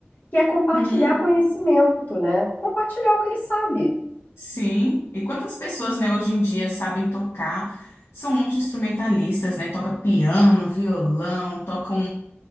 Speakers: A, on the left (about 40°); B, on the left (about 70°).
A: que é compartilhar
B: Uhum.
A: conhecimento, né? Compartilhar o que ele sabe.
B: Sim, e quantas pessoas, né, hoje em dia sabem tocar? São multi-instrumentalistas, né? Toca piano, violão, tocam